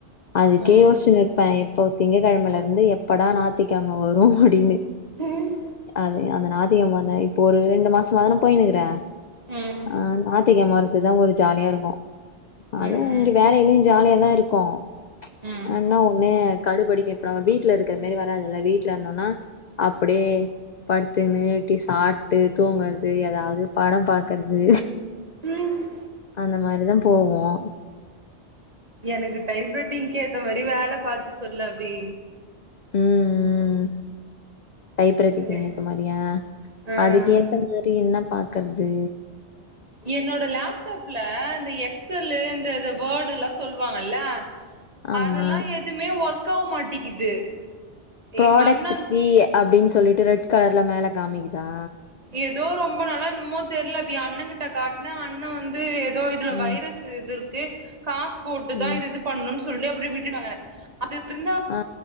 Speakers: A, on the left; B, on the right.
A: அதுக்கே
B: ம்
A: யோசிச்சுன்னு இருப்பேன் போ திங்க்கெழமலருந்து எப்படா நாத்திகெழம வரும் அப்டின்னு
B: ம் ம்
A: அது அந்த நாத்திகெழம வந்தா இப்ப ஒரு ரெண்டு மாசமாதானா போய்ன்னுக்குற
B: ம்
A: ஆ நாத்திகெழம வரத்து தான் ஒரு ஜாலியா இருக்கும் அதுவும்
B: ம்
A: இங்க
B: ம்
A: வேலைலியும் ஜாலியா தான் இருக்கும்
B: ம்
A: ஆனா ஒன்னு கடுபடிக்க இப்ப நம்ம வீட்லருக்குற மாரி வராதுல்ல வீட்ல இந்தோனா அப்புடியை படுத்துன்னு டி சாப்ட்டு தூங்க றது ஏதாது படம் பாக்கறது
B: ம்
A: அந்த மாரிதான் போவோம்
B: எனக்கு டைப்ரட்டிங்க்கேத்த மாரி வேல பாத்து சொல் அப்டி
A: ம் ம் டைப்ரட்டிங்க்கு
B: சரி
A: ஏத்த மாரியா
B: ஆ
A: அதுக்கு ஏத்த மாரி என்ன பா கர்து
B: என்னோட லேப்டாப்ல இந்த எக்ஸ் எல்லு இந்த வேர்ட் துல்லா சொல்வாங்கல்ல
A: ஆமா
B: அதெல்லாம் எதுமே ஒர்க் க்கா மாட்டிக்குது
A: ப்ராடக்ட்
B: எங்க அண்ணன்
A: பி அப்டின் சொல்லிட்டு ரெட் கலர்ல மேல காமிக்குதா
B: ஏதோ ரொம்ப நாளா என்னமோ தெர்ல ப்பியா அண்ண கிட்ட காட்ன அண்ண வந்து தோ இதுல
A: ம்
B: வைரஸ்சு இது இருக்கு காஸ் போட்டுதா
A: ம்
B: இது இது பண்ணு சொல்ட்டு அப்டியே விட்டுட்டாங்க அது இருந்தா
A: ஆ